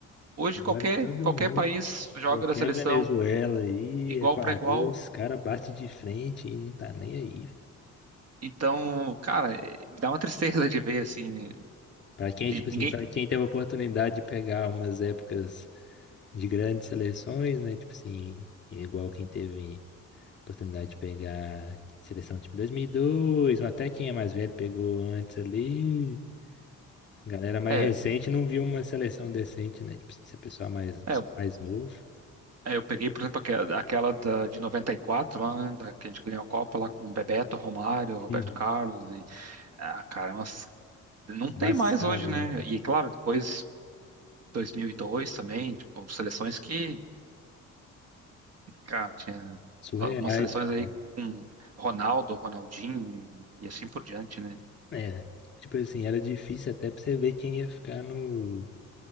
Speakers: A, on the right (about 55°); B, on the left (about 35°).
A: Hoje
B: Agora
A: qualquer
B: todo
A: qualquer
B: mundo,
A: país joga
B: qualquer
A: da seleção
B: Venezuela aí,
A: igual
B: Equador,
A: para igual,
B: os caras batem de frente e não tá nem aí. velho.
A: então, cara, eh, me dá uma tristeza <laughs> de ver assim,
B: Pra quem,
A: e
B: tipo assim,
A: ninguém,
B: pra quem teve a oportunidade de pegar umas épocas de grandes seleções, né? Tipo assim, igual quem teve oportunidade de pegar seleção tipo 2002, ou até quem é mais velho pegou antes ali. Galera mais
A: é,
B: recente não viu uma seleção decente, né? Tipo, se a pessoa mais, pessoa
A: é,
B: mais novo.
A: é, eu peguei, por exemplo, aquela, aquela da, de 94 lá, né, da, que a gente ganhou a Copa lá com Bebeto, Romário, Roberto
B: Uhum.
A: Carlos e, ah, cara, umas não
B: Embaçado,
A: tem mais hoje, né?
B: né? cara?
A: E claro, depois 2002 também, tipo, seleções que, cara, tinha
B: Surreais,
A: algumas seleções
B: né, cara?
A: aí com Ronaldo, Ronaldinho e, e assim por diante, né?
B: É, tipo assim, era difícil até pra você ver quem ia ficar no,